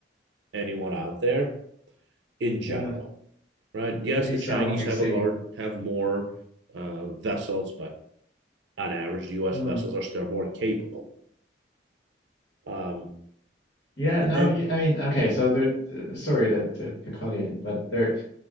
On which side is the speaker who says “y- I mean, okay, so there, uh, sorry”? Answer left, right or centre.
Left